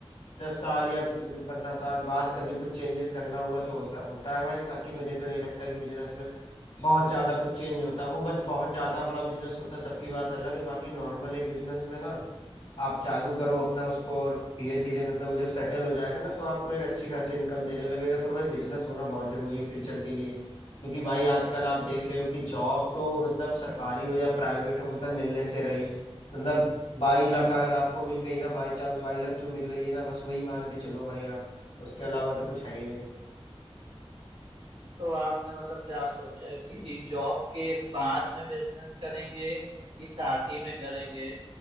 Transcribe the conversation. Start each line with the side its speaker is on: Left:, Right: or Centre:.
Left: दस साल या पंद्रह साल बाद कभी कुछ चेंजेस करना हुआ तो हो, सा- होता है भाई बाकी मुझे तो नहीं लगता कि बिजनेस में बहुत ज्यादा कुछ चेंज होता है वो बस बहुत ज्यादा बड़ा बिजनेस होता है तब की बात अलग है बाकी नॉर्मल एक बिजनेस में ना आप चालू करो अपना उसको और धीरे धीरे मतलब वो जब सेटल हो जाएगा ना तो आपको एक अच्छी खासी इनकम देने लगेगा तो भाई बिजनेस होना बहुत जरूरी है फ्यूचर के लिए क्योंकि भाई आजकल आप देख रहे हो कि जॉब तो मतलब सरकारी हो या प्राइवेट हो मतलब मिलने से रही मतलब बाई लक अगर आपको मिल गई ना बाई चांस बाई लक जो मिल रही है ना बस वही मान के चलो भाई आप उसके अलावा तो कुछ है ही नहीं
Right: तो आपने मतलब क्या सोचा है कि जॉब के बाद में बिजनेस करेंगे कि साथ ही में करेंगे